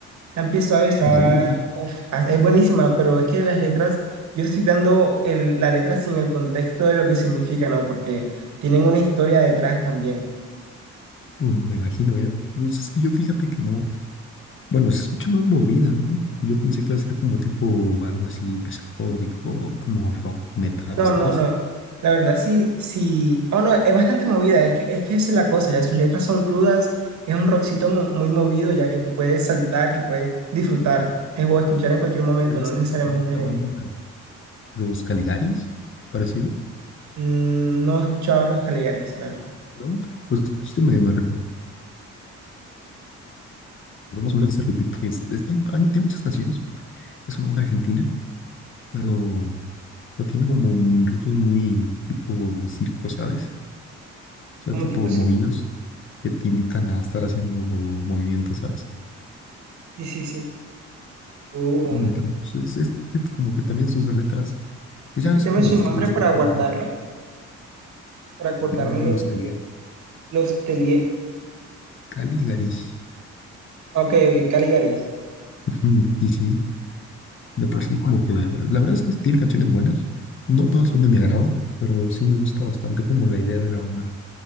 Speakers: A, on the right; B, on the left.
A: La empiezo a besar.
B: ¿En serio? bro?
A: Uf, ah, es buenísima, pero es que las letras, yo te estoy dando el- la letra sin el contexto de lo que significan, ¿no? Porque tienen una historia detrás también.
B: Uh, me imagino, ¿eh? Pues es que yo fíjate que no. Bueno, se escucha más movida, ¿no? Yo pensé que iba a ser como tipo algo así pesafódico, como rock metal,
A: No,
B: ¿sabes?
A: no, no. La verdad, sí, sí. Oh, no, es bastante movida. Es que, es que esa es la cosa. Ya sus letras son crudas. Es un rockcito mo- muy movido, ya que tú puedes saltar, que puedes disfrutar eh, o escuchar en cualquier momento.
B: Podría
A: No
B: ser
A: necesariamente.
B: como esta banda, Los Caligaris, parecido,
A: mm, no he escuchado a los Caligaris, la verdad.
B: ¿no? Pues justo me, me recordó más o menos ese ritmo que es, es- hay, hay- tiene muchas canciones. Es una banda argentina, pero, pero tiene como un ritmos muy tipo circo, ¿sabes? O sea,
A: Como
B: tipo
A: tipo, sí.
B: movidos que te invitan a estar haciendo movimientos, ¿sabes?
A: Sí, sí, sí. Uh,
B: Muy bien, pues, es, es que como que también sus letras, pues ya
A: repíteme
B: ves cómo
A: su nombre
B: está la situación.
A: para guardarlo, para acordármelo.
B: de Los Caligari.
A: Los Telie.
B: Caligaris.
A: Ok, ok, Caligaris.
B: Ujú, Sí, sí, de por sí como que, la verdad es que tiene canciones buenas. No todas son de mi agrado, pero sí me gusta bastante como la idea de la banda.